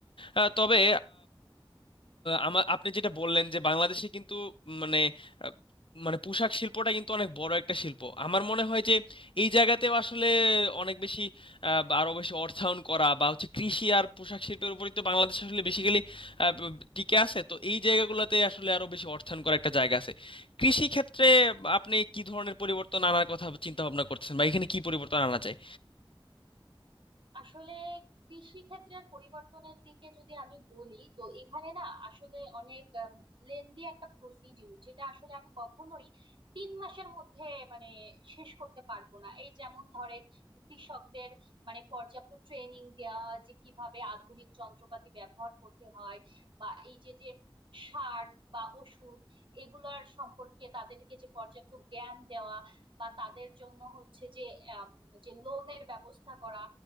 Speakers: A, on the left; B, on the right.
A: আহ, তবে আমার আপনি যেটা বললেন যে বাংলাদেশে কিন্তু মানে আহ, মানে পোশাক শিল্পটা কিন্তু অনেক বড় একটা শিল্প আমার মনে হয় যে এই জায়গাতেও আসলে অনেক বেশি আহ, বা আরো বেশি অর্থায়ন করা বা হচ্ছে কৃষি আর পোশাক শিল্পের উপরই তো বাংলাদেশ আসলে বেসিক্যালি টিকে আছে তো এই জায়গাগুলোতে আসলে আরো বেশি অর্থায়ন করা একটা জায়গা আছে কৃষি ক্ষেত্রে আপনি কি ধরনের পরিবর্তন আনার কথা চিন্তা ভাবনা করতেছেন বা এখানে কি পরিবর্তন আনা যায়
B: আসলে কৃষি ক্ষেত্রের পরিবর্তনের দিকে যদি আমি বলি তো এখানে না আসলে অনেক লেন্দি একটা প্রসিডিউর যেটা আসলে আমি কখনোই তিন মাসের মধ্যে মানে শেষ করতে পারবো না এই যেমন ধরেন কৃষকদের মানে পর্যাপ্ত ট্রেনিং দেওয়া যে কিভাবে আধুনিক যন্ত্রপাতি ব্যবহার করতে হয় বা এই যে যে সার বা ওষুধ এগুলার সম্পর্কে তাদেরকে যে পর্যাপ্ত জ্ঞান দেওয়া বা তাদের জন্য হচ্ছে যে আম, যে লোনের ব্যবস্থা করা